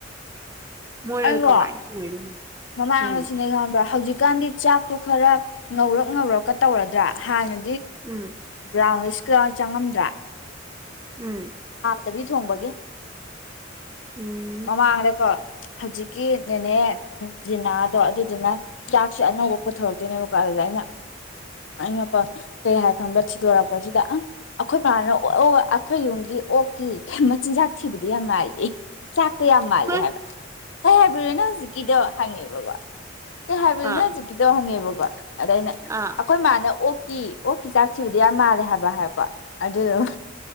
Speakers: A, on the right; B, on the left.
A: ꯃꯣꯏꯅ
B: ꯑꯩꯔꯣ
A: ꯀꯃꯥꯏꯅ ꯊꯣꯡꯉꯛꯏꯅꯣ
B: ꯃꯃꯥꯡꯗꯁꯨꯅꯦ
A: ꯎꯝ
B: ꯈꯪꯕ꯭ꯔꯥ ꯍꯧꯖꯤꯛ ꯍꯧꯖꯤꯀꯥꯟꯗꯤ ꯆꯥꯛꯇꯣ ꯈꯔ ꯉꯧꯔꯛ ꯉꯧꯔꯛꯀ ꯇꯧꯔꯗ꯭ꯔꯥ ꯍꯥꯟꯅ
A: ꯎꯝ
B: ꯔꯥꯁ ꯆꯥ ꯆꯪꯉꯝꯗ꯭ꯔꯥ
A: ꯎꯝ
B: ꯊꯕꯤ ꯊꯣꯡꯕꯒꯤ
A: ꯎꯝ
B: ꯃꯃꯥꯡꯗꯀꯣ ꯍꯧꯖꯤꯛꯀꯤ ꯅꯦꯅꯦ ꯖꯤꯅꯥꯗꯣ ꯑꯗꯨꯗꯨꯅ ꯆꯥꯛꯁꯦ ꯑꯅꯧꯕ ꯄꯨꯊꯣꯔꯛꯇꯣꯏꯅꯦꯕꯀꯣ ꯑꯗꯨꯗ ꯑꯩꯅ ꯑꯩꯅ <inaudible> ꯀꯩ ꯍꯥꯏ ꯈꯪꯕꯔꯥ ꯊꯤꯗꯣꯔꯛ ꯄꯁꯤꯗ ꯑꯪ ꯑꯩꯈꯣꯏ ꯕꯥꯅ ꯑꯩꯈꯣꯏ ꯌꯨꯝꯒꯤ ꯑꯣꯛꯀꯤ ꯃꯆꯤꯟꯖꯥꯛ ꯊꯤꯕꯗꯨ ꯌꯥꯝ ꯃꯥꯜꯂꯤ ꯆꯥꯛ ꯇ ꯌꯥꯝ ꯃꯥꯂꯦ
A: ꯍꯣꯏ
B: ꯍꯥꯏꯕ ꯀꯩ ꯍꯥꯏꯕꯅꯣ ꯅꯪ ꯍꯧꯖꯤꯛꯀꯤꯗꯣ ꯍꯪꯉꯦꯕꯀꯣ ꯀꯩ ꯍꯥꯏꯕꯅꯣ
A: ꯑꯥ
B: ꯅꯪ ꯍꯧꯖꯤꯛꯀꯤꯗꯣ ꯍꯪꯉꯦꯕꯀꯣ ꯑꯗ ꯑꯩꯅ
A: ꯑꯥ
B: ꯑꯩꯈꯣꯏ ꯃꯥꯅ ꯑꯣꯛ ꯀꯤ ꯑꯣꯀꯤ ꯆꯥꯛ ꯊꯤꯕꯗꯨ ꯌꯥꯝ ꯃꯥꯜꯂꯦ ꯍꯥꯏꯕ ꯍꯥꯏꯔꯛꯄ ꯑꯗꯨꯗ